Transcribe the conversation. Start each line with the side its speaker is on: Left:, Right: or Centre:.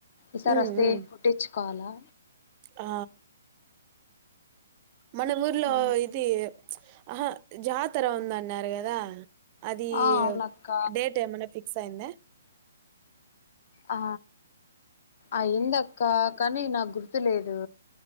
Left: ఈసార్
Right: హ్మ్
Left: వస్తే
Right: హ్మ్
Left: కుట్టిచ్చుకోవాలా
Right: ఆ మన ఊర్లో
Left: ఉమ్,
Right: ఇది ఆహా జాతర ఉంద అన్నారు కదా అది
Left: ఆ అవునక్క
Right: డేట్ ఏమైన్నా ఫిక్స్ అయిందా
Left: ఆ అయిందక్క కానీ నాకు గుర్తులేదు.